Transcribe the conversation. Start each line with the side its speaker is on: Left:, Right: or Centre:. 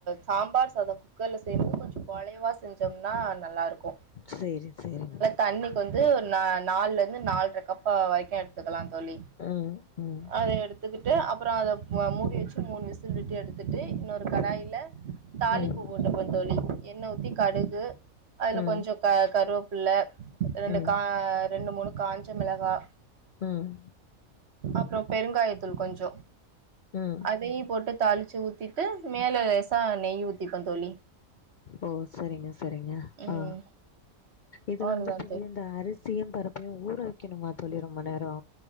Right: சாம்பார் சாத குக்கர்ல செய்யும்போது கொஞ்ச கொழைவா செஞ்சோம்னா நல்லாருக்கு
Left: செரி செரிங்க
Right: தண்ணிக்கு வந்து ந நால்ல இருந்து நால்ர கப்பு வரைக்கு எடுத்துக்கலா தோழி
Left: ம் ம்
Right: அத எடுத்துக்கிட்டு அப்ற அத மூடி வச்சு மூணு விசில் விட்டு எடுத்துகிட்டு இன்னொரு கடாயில தாளிப்பு
Left: ம்
Right: போட்டுக்குவே தோழி எண்ண ஊத்தி கடுகு அதுல
Left: ம்
Right: கொஞ்ச க கருவபுள்ள ரெண்டு
Left: ம்
Right: கா ரெண்டு மூணு காஞ்ச மெளகா
Left: ம்
Right: அப்ற பெருங்காயத்தூள் கொஞ்ச
Left: ம்
Right: அதையு போட்டு தாளிச்சு ஊத்திட்டு மேலே லேசா நெய் ஊத்திப்போ தோழி
Left: ஓ சரிங்க சரிங்க
Right: ம்
Left: ஆ இது
Right: அவ்ளோதா
Left: வந்து புளி
Right: தோழி
Left: இந்த அரிசி சியு பருப்பையு ஊற வைக்கணுமா தோழி ரொம்ப நேரோ